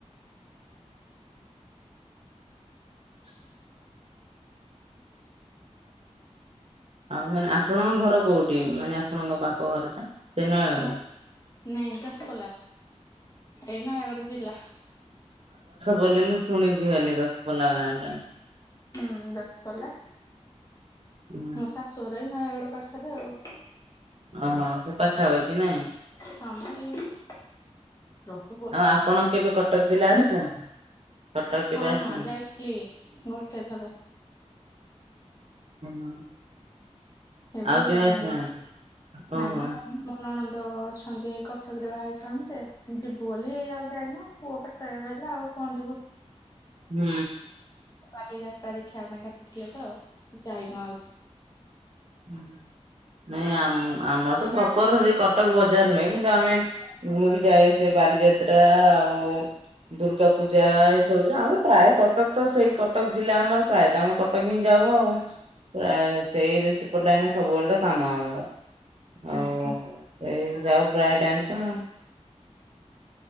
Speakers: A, on the right; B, on the left.
A: <unintelligible> ଆଉ ମାନେ ଆପଣଙ୍କ ଘର କୋଉଠି ମାନେ ଆପଣଙ୍କ ବାପ ଘର ଟା ସେ ନୟାଗଡ।
B: ବା ନାଇଁ ଦଶପଲା ଏ ନୟାଗଡ଼ ଜିଲ୍ଲା।
A: ବୋଲି ମୁଁ ଶୁଣିଛି ଖାଲି ଦଶପଲା ଗାଁ ଟା।
B: ହୁଁ ଦଶପଲା।
A: ହୁଁ
B: ମୋ ଶାଶୁ ଘର ଏହି ନୟାଗଡ ପାଖରେ ଆଉ।
A: ଓହୋ ସେ ପାଖା ପାଖି ନାଇଁ।
B: ହଁ ମ ଏଇ। ରହ ପୁଅ
A: ଆଉ ଆପଣ କେବେ କଟକ ଜିଲ୍ଲା ଆସିଛନ୍ତି। କଟକ କେବେ
B: ହଁ
A: ଆସିଛନ୍ତି?
B: ଯାଇଥିଲି ଗୋଟେ ଥର।
A: ଓହୋ।
B: ହେ ବୁଲିବା
A: ଆଉ କେବେ
B: ପାଇଁ
A: ଆସିନାହାନ୍ତି
B: ଯାଇଥିଲୁ
A: ଓହୋ
B: ନାଇଁ ମ ମୋ ନଣନ୍ଦ। ଦ ଅଛନ୍ତି ହେଇ କଟକରେ ବାହା ହେଇଛନ୍ତି ଯେ ଯିବୁ ବୋଲି ଆଉ ଯାଇନୁ ପୁଅ ପେଟରେ ରହିଲା ଆଉ। କଣ ଯିବୁ।
A: ହୁଁ।
B: ବାଲି ଯାତ୍ରା ଦେଖିବା ପାଇଁ ଡାକୁଥିଲେ ତ ଯାଇନୁ ଆଉ।
A: ହୁଁ। ନାଇଁ ଆମ ଆମର ତ ପ୍ରପର ସେ କଟକ ବଜାର ନୁହେଁ କିନ୍ତୁ ଆମେ ମୁଁ ଯାଏ ସେ ବାଲିଯାତ୍ରା ଆଉ। ଦୁର୍ଗା ପୂଜା ଏସବୁରେ ଆମେ ପ୍ରାୟ କଟକ ତ ସେଇ କଟକ ଜିଲ୍ଲା ଆମର ପ୍ରାୟତ ଆମେ କଟକ ହଁ ଯାଉ ଆଉ ଏ ସେଇରେ ଖୋଲା ଏଇନେ ସବୁବେଳେ ତ କାମ ଆମର ଆଉ
B: ହୁଁ ହୁଁ
A: ଏଇ। ଯାଉ ପ୍ରାୟ ଟାଇମ ତ।